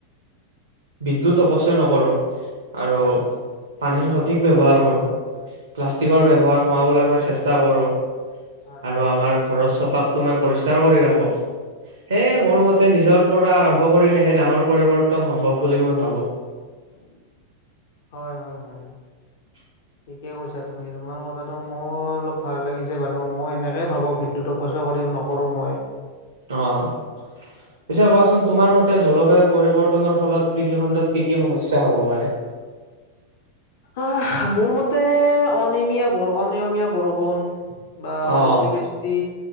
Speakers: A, on the right; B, on the left.
A: বিদ্যুৎ অপচয় নকৰোঁ আৰু
B: হয় হয়
A: পানীৰ সঠিক ব্যৱহাৰ কৰোঁ। প্লাষ্টিকৰ
B: উম
A: ব্যৱহাৰ কমাবলৈ মই চেষ্টা কৰোঁ
B: হয়
A: আৰু
B: হয়
A: আমাৰ ঘৰত চৌ পাকটো মই পৰিষ্কাৰ কৰি ৰাখো সেয়ে
B: উম
A: মোৰ মতে নিজৰ পৰা আৰম্ভ কৰিলেহে ডাঙৰ পৰিৱৰ্তন সম্ভৱ বুলি মই ভাবোঁ।
B: হয় হয় হয়।
A: <inaudible>
B: ঠিকে কৈছা তুমি তোমাৰ কথাটো মোৰ অলপ ভাল লাগিছে বাৰু মই এনেকে ভাবো বিদ্যুৎ অপচয় কৰিব নকৰোঁ মই।
A: অ'। পিছে কোৱাচোন তোমাৰ মতে জলবায়ু পৰিৱৰ্তনৰ ফলত কৃষিখণ্ডত কি কি সমস্যা হ'ব পাৰে?
B: আহ মোৰ মতে অনমীয়া বৰষুণ অনিয়মীয়া বৰষুণ। বা
A: অ',
B: অতিবৃষ্টি